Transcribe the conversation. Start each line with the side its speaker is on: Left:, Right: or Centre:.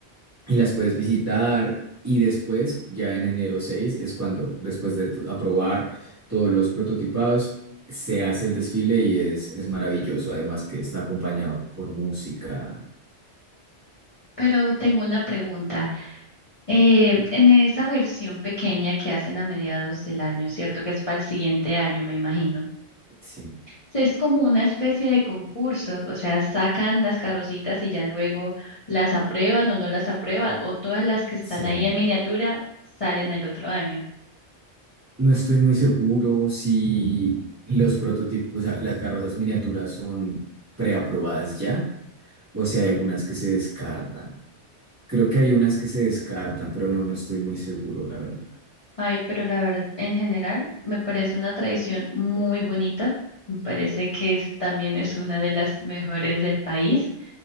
Right: y las puedes visitar. Y después, ya en enero 6 es cuando, después de tu- aprobar todos los prototipados, se hace el desfile y es, es maravilloso. Además que está acompañado por música.
Left: Pero tengo una pregunta. Eh, en esa versión pequeña que hacen a mediados del año, ¿cierto? Que es para el siguiente año, me imagino.
Right: Sí,
Left: Sí, Es como una especie de concurso, o sea, sacan las carrocitas y ya luego las aprueban o no las aprueban, o todas las que están
Right: sí.
Left: ahí en miniatura salen el otro año.
Right: No estoy muy seguro si los prototipos, o sea, las carrozas miniaturas son preaprobadas ya o si hay algunas que se descartan. Creo que hay unas que se descartan, pero no, no estoy muy seguro, la verdad.
Left: Ay, pero la verdad, en general, me parece una tradición muy bonita, me parece que es, también es una de las mejores del país.